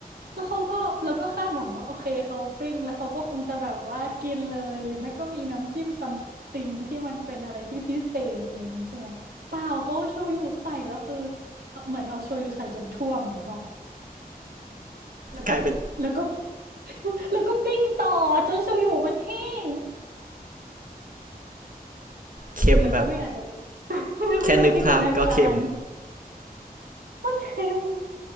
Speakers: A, on the right (about 85°); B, on the right (about 60°).
A: แล้วเขาก็เราก็คาดหวังว่าโอเคเขาปิ้งแล้วเขาก็คงจะแบบว่ากินเลยหรือไม่ก็มีน้ำจิ้มซัมติงที่มันเป็นอะไรที่พิเศษอะไรอย่างเงี้ยใช่ไหมเปล่าเขาเอาโชยุใส่แล้วคือเอ่อเหมือนเอาโชยุใส่จนท่วมอ่ะนึกออกไหมแล้วก็แล้วก็
B: กลายเป็น
A: <laughs> แล้วก็ปิ้งต่อจนโชยุมันแห้ง
B: เค็มแบบ
A: แล้วก็ไม่อยากจะ <laughs>
B: แค่นึกภาพก็เค็ม
A: ไม่ต้องจินตนาการ <laughs> ว่าเค็ม